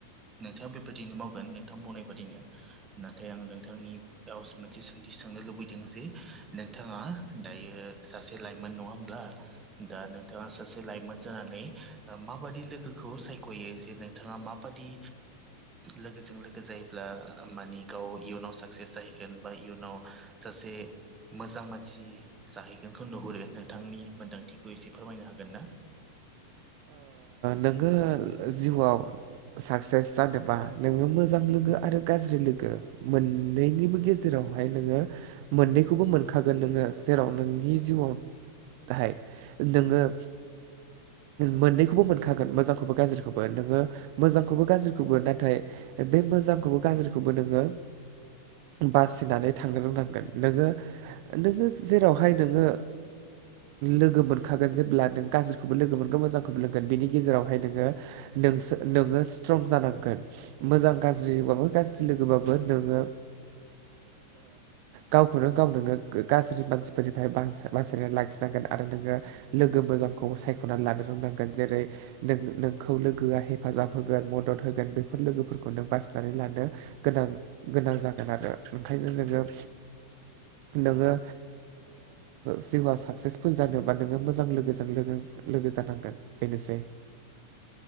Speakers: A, on the right; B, on the right.
A: नोंथाङा बेबायदिनो मावगोन नोंथाङा बुंनाय बादिनो नाथाय आं नोंथांनि बेयाव मोनसे सोंथि सोंनो लुबैदों जे नोंथाङा दायो सासे लाइमोन नङा होमब्ला दा नोंथाङा सासे लाइमोन जानानै माबादि लोगोखौ सायख'यो जे नोंथाङा मा खाबादि लोगोजों लोगो जायोब्ला माने गोबां गाव इयुनाव साक्सेस जाहैगोन बा इयुनाव सासे मोजां मानसि जाहैगोनखौ नुहुरो नोंथांनि मोन्दांथिखौ बे खौ एसे फोरमायनो हागोन ना
B: नोङो जिउआव साक्सेस जानोबा नोङो मोजां लोगो आरो गाज्रि लोगो मोननैनिबो गेजेरावहाय नोङो मोननैखौबो मोनखागोन नोङो जेराव नोंनि जिउआव नाहाय नोङो मोननैखौबो मोनखागोन मोजांखौबो गाज्रिखौबो नोङो मोजांखौबो गाज्रिखौबो नाथाय बे मोजांखौबो गाज्रिखौबो नोङो बासिनानै थांनो रोंनांगोन नोङो नोङो जेरावहाय नोङो लोगो मोनखागोन जेब्ला नों गाज्रिखौबो लोगो मोन खौ मोजांखौलोंगोन बिनि गेजेरावहाय नोङो नोंसो नोङो स्ट्रं जानांगोन मोजां गाज्रिबाबो गाज्रि लोगोबाबो नोङो गावखौनो गाव नोङो गाज्रि मानसिफोरनिफ्राय बासायना लाखिनांगोन आरो नोङो लोगो मोजांखौ सायख'नानै लानो रोंनांगोन जेरै नों नोंखौ लोगोआ हेफाजाब होगोन मदद होगोन बेफोर लोगोफोरखौ नों बासिनानै लानो गोनां गोनां जागोन आरो ओंखायनो नोङो नोङो जिउआ साकसेसफुल जानोबा नोङो मोजां लोगोजों लोगो जानांगौ ओ बेनोसै